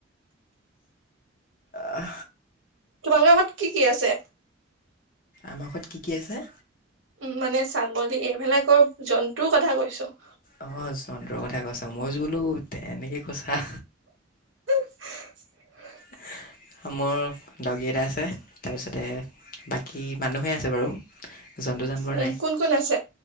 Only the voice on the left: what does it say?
আহ
আমাৰ ঘৰত কি কি আছে?
অ জন্তুৰ কথাই কৈছা মই জোলোত এনেকে কৈছা।
<inaudible> মোৰ দগী এটা আছে তাপিছতে বাকী মানুহে আছে বাৰু। জন্তু জানবৰ
নাই